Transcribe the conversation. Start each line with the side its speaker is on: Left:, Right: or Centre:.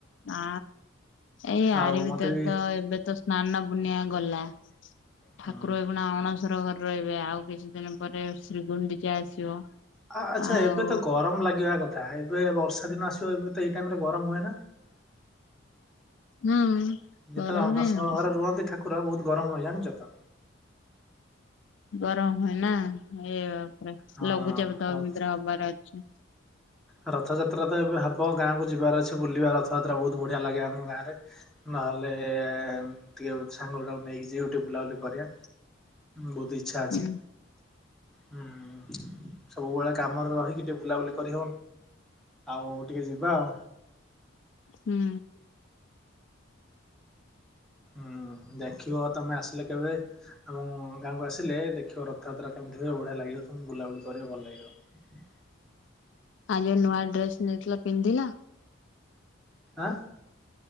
Left: ଆ ଏଇ ଆରି
Centre: ଆଉ
Left: ଭିତରେ
Centre: ମତେ ବି
Left: ତ ଏବେ ତ ସ୍ନାନ ପୂର୍ଣ୍ଣିମା ଗଲା।
Centre: ହଁ
Left: ଠାକୁର ଏଇଗୁଣା ଅଣ ଅଣସର ଘରେ ରହିବେ। ଆଉ କିଛି ଦିନ ପରେ ଶ୍ରୀଗୁଣ୍ଡିଚା ଆସିବ।
Centre: ଆ ଆଚ୍ଛା,
Left: ଆଉ
Centre: ଏବେ ତ ଗରମ ଲାଗିବା କ ତା ଏବେ ବର୍ଷା ଦିନ ଆସିବ ଏବେ ତ ଏଇ ଟାଇମରେ ଗରମ ହୁଏ ନା।
Left: ହୁଁ
Centre: ଯେତେବେଳେ
Left: ଗରମ
Centre: ଅଣସର
Left: କାଇଁ ହବ।
Centre: ଘରେ ରୁହନ୍ତି ଠାକୁ କୁର ବହୁତ ଗରମ ହୁଏ ଜାଣିଚ ତ?
Left: ଗରମ ହୁଏ ନା, ଏଇ ବାପ୍ ରେ
Centre: ହଁ
Left: ଲଘୁଚାପ ତ
Centre: ଆଉ
Left: ଏମିତିରେ ହବାର ଅଛି।
Centre: ରଥଯାତ୍ରା ତ ଏବେ ହବ ଗାଁକୁ ଯିବାର ଅଛି ବୁଲିବା ରଥଯାତ୍ରା ବହୁତ ବଢ଼ିଆ ଲାଗେ। ଆମ ଗାଁରେ ନହେଲେ ଟିକେ ସାଙ୍ଗ ଗୁଡା ନେଇକି ଯିବି ଟିକେ ବୁଲାବୁଲି କରିବା ବହୁତ ଇଚ୍ଛା ଅଛି।
Left: ହୁଁ
Centre: ହୁଁ, ସବୁବେଳେ କାମରେ ରହିକି ଟିକେ ବୁଲାବୁଲି କରିହବ। ଆଉ ଟିକେ ଯିବା ଆଉ।
Left: ହୁଁ
Centre: ହୁଁ, ଦେଖିବ ତମେ ଆସିଲେ କେବେ ଏବଂ ଗାଁକୁ ଆସିଲେ ଦେଖିବ ରଥଯାତ୍ରା <unintelligible> ବଢିଆ ଲାଗିବ ତମକୁ। ବୁଲାବୁଲି କରିବାକୁ ଭଲ ଲାଗିବ।
Left: ଆଉ ଯୋଉ ନୂଆ ଡ୍ରେସ୍ ନେଇଥିଲ ପିନ୍ଧିଲ?
Centre: ଆଁ?